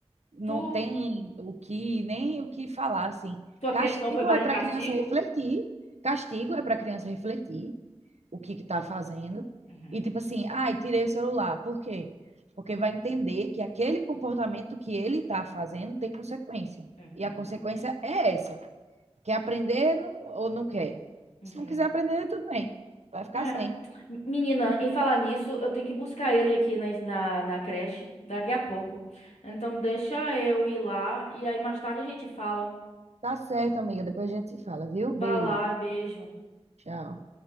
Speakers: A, on the right; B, on the left.
A: Não
B: Tu.
A: tem o que, nem o que falar, assim.
B: Sua
A: Castigo
B: criação foi mais
A: é
B: de
A: para
B: castigo?
A: criança refletir. Castigo é para criança refletir o que que tá fazendo.
B: Uhum,
A: E tipo assim, ai, tirei o celular. Por quê? Porque vai entender que aquele comportamento que ele tá fazendo tem consequência.
B: uhum,
A: E a consequência é essa. Quer aprender não- ou não quer?
B: uhum.
A: Se não quiser aprender, tudo bem. Vai ficar
B: É.
A: sem.
B: Menina, em falar nisso, eu tenho que buscar ele aqui na, na, na creche daqui a pouco. Então, deixa eu ir lá e aí mais tarde a gente fala.
A: Tá certo, amiga. Depois a gente se fala, viu? Beijo.
B: Vá lá, beijo.
A: Tchau.